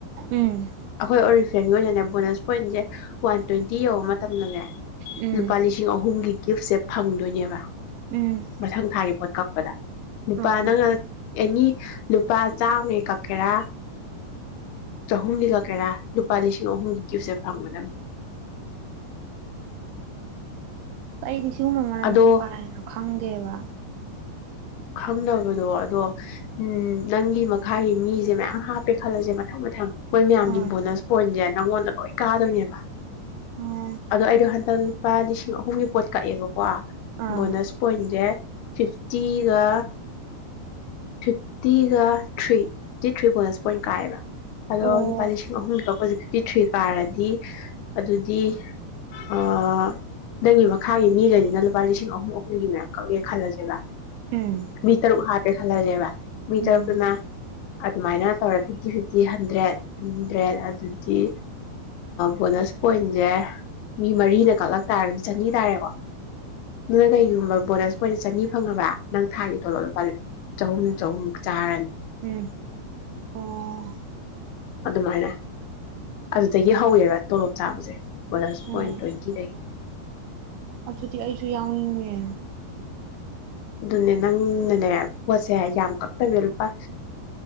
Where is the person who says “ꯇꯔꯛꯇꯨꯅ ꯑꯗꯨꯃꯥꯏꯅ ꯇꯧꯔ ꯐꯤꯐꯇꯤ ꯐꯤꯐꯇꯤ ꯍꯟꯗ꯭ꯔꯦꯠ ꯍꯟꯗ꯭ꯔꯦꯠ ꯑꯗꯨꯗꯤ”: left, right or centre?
Left